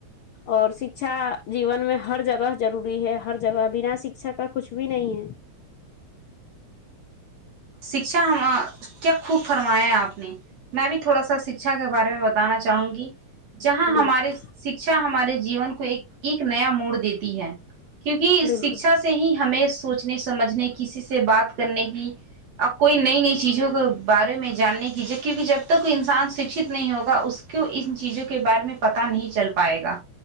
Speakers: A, on the left; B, on the right.
A: اور شکچھا جیون میں ہر جگہ ضروری ہے ہر جگہ بنا شکچھا کا کچھ بھی نہیں ہے
B: شکچھا کیا خوب فرمایا ہے آپ نے میں بھی تھوڑا سا شکچھا کے بارے میں بتانا چاہوں گی جہاں
A: بالکل
B: ہمارے شکچھا ہمارے جیون کو ایک ایک نیا موڑ دیتی ہے کیونکہ
A: بالکل
B: شکچھا سے ہی ہمیں سوچنے سمجھنے کسی سے بات کرنے کی اب کوئی نئی نئی چیزوں کے بارے میں جاننے کیجیے کیونکہ جب تک کو انسان شکھت نہیں ہوگا اس کیوں ان چیزوں کے بارے میں پتا نہیں چل پائے گا